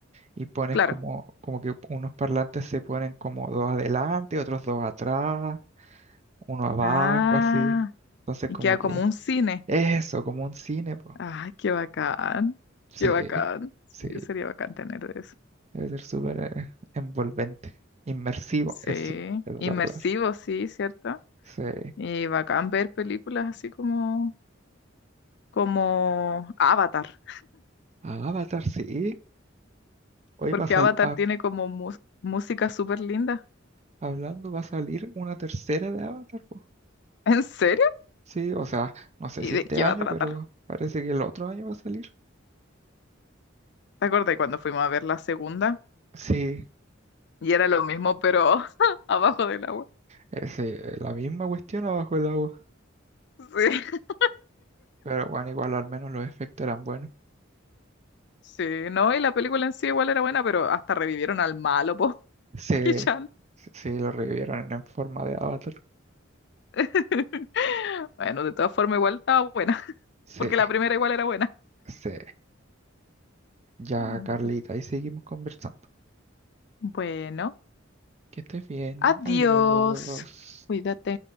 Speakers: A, on the right; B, on the left.
A: y pones
B: Claro.
A: como, como que unos parlantes se ponen como dos adelante, otros dos atrás uno abajo,
B: Ah,
A: así. Entonces,
B: y
A: como
B: queda
A: que
B: como un cine.
A: eso, como un cine, pues.
B: Ay, qué bacán,
A: Sí,
B: qué bacán. Sí,
A: sí,
B: sería bacán tener de eso.
A: debe ser súper eh, envolvente, inmersivo,
B: Sí,
A: eso, esa
B: inmersivo,
A: es la palabra.
B: sí, ¿cierto?
A: Sí,
B: Y bacán ver películas así como, como Avatar,
A: Avatar, sí. Hoy
B: porque
A: va a salir,
B: Avatar tiene como mus- música súper linda.
A: hablando, va a salir una tercera de Avatar, pues.
B: <laughs> ¿En serio?
A: Sí, o sea, no sé
B: ¿Y
A: si
B: de
A: este
B: qué
A: año,
B: va a tratar?
A: pero parece que el otro año va a salir.
B: ¿Te acordás cuando fuimos a ver la segunda?
A: Sí,
B: Y era lo mismo, pero <laughs> abajo del agua.
A: es, eh, sí, la misma cuestión abajo el agua.
B: Sí. <laughs>
A: Pero bueno, igual al menos los efectos eran buenos.
B: Sí, no, y la película en sí igual era buena, pero hasta revivieron al malo, po. <laughs>
A: Sí,
B: Qué chanta.
A: sí, lo revivieron en forma de avatar.
B: <laughs> Bueno, de todas formas, igual estaba buena, <laughs>
A: Sí,
B: porque la primera igual era buena.
A: sí. Ya,
B: Mm,
A: Carlita, ahí seguimos conversando.
B: Bueno,
A: Que estés bien.
B: adiós.
A: Adiós.
B: Cuídate.